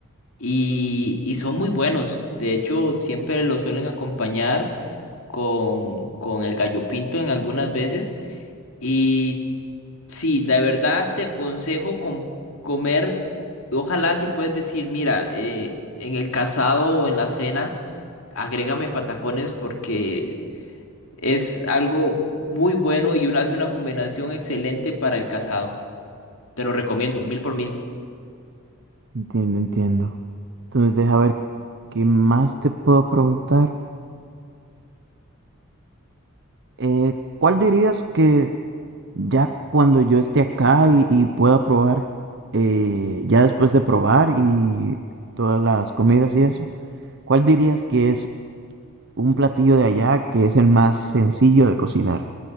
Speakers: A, on the left (about 65°); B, on the right (about 55°).
A: y, y son muy buenos. De hecho, siempre los suelen acompañar con, con el gallo pinto en algunas veces. Y sí, la verdad te aconsejo com- comer, ojalá si puedes decir, mira, eh, en el casado o en la cena, agrégame patacones porque es algo muy bueno y una, hace una combinación excelente para el casado. Te lo recomiendo, mil por mil.
B: Entiendo, entiendo. Entonces deja ver qué más te puedo preguntar. Eh, ¿cuál dirías que Ya cuando yo esté acá y, y pueda probar, eh, ya después de probar y todas las comidas y eso, ¿cuál dirías que es un platillo de allá que es el más sencillo de cocinar